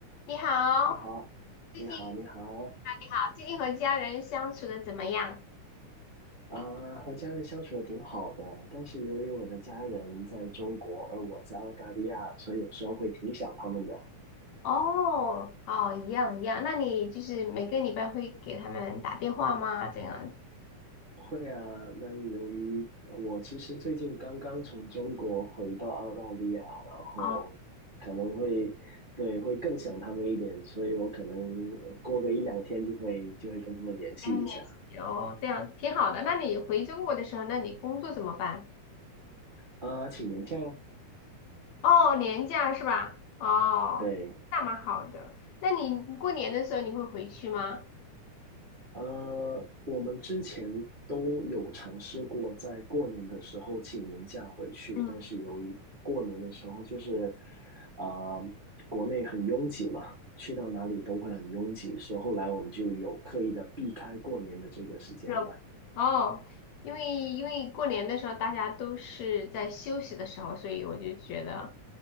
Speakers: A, on the left; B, on the right.
A: 你好，
B: 你好，
A: 最近你好，
B: 你好，你好，
A: 你好，最近和家人相处的怎么样？
B: 啊、和家人相处的挺好的，但是由于我的家人在中国，而我在澳大利亚，所以有时候会挺想他们的。
A: 哦，哦，一样一样。那你就是每个礼拜会给他们打电话吗？这样？
B: 会啊，那由于我其实最近刚刚从中国回到澳大利亚，然后可能会，
A: 哦，
B: 对，会更想他们一点，所以我可能过个一两天就会就会跟他们联系一下。
A: 两年哦，这样挺好的。那你回中国的时候，那你工作怎么办？
B: 啊、请年假呀，
A: 哦，年假是吧？哦，
B: 对。
A: 那蛮好的。那你过年的时候你会回去吗？
B: 呃，我们之前都有尝试过在过年的时候请年假回去，
A: 嗯。
B: 但是由于过年的时候就是，啊、国内很拥挤嘛，去到哪里都会很拥挤，所以后来我们就有刻意的避开过年的这个时间段。
A: 热哦，因为因为过年的时候大家都是在休息的时候，所以我就觉得